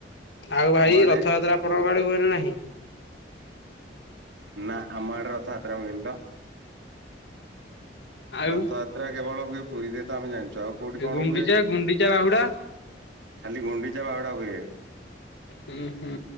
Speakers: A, on the left (about 75°); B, on the right (about 90°).
A: ଆଉ
B: ତମ
A: ଭାଇ
B: ଆଡେ
A: ରଥଯାତ୍ରା ଆପଣଙ୍କ ଆଡେ ହୁଏନା ନାହିଁ।
B: ନାଁ ଆମ ଆଡେ ରଥଯାତ୍ରା ହୁଏନି ତ।
A: ଆଉ
B: ରଥଯାତ୍ରା କେବଳ ହୁଏ ପୁରୀରେ ତ ଆମେ ଜାଣିଚୁ ଆଉ। କୋଉଠି କଣ
A: ଗୁଣ୍ଡିଚା
B: ହୁଏ
A: ଗୁଣ୍ଡିଚା ବାହୁଡା
B: ଖାଲି ଗୁଣ୍ଡିଚା ବାହୁଡା ହୁଏ।
A: ହୁଁ ହୁଁ